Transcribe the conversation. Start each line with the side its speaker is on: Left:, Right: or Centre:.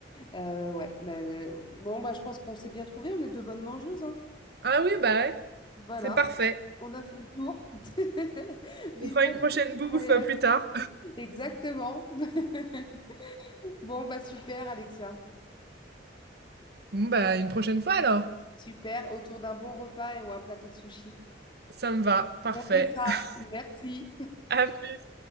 Left: Euh, ouais, mais euh, bon, bah, je pense qu'on s'est bien trouvés. On est deux bonnes mangeuses, hein.
Right: ah oui, bah ouais,
Left: Voilà,
Right: c'est parfait.
Left: on a fait le tour. <laughs> Vivement
Right: On fera une prochaine bouffe
Left: le voyage.
Right: euh, plus tard.
Left: Exactement. <laughs> Bon, bah super, Alexia.
Right: Bon, bah, une prochaine fois alors.
Left: Super, autour d'un bon repas et ou un plateau de sushi.
Right: Ça me va, parfait.
Left: On fait ça.
Right: <laughs>
Left: Merci.
Right: À plus.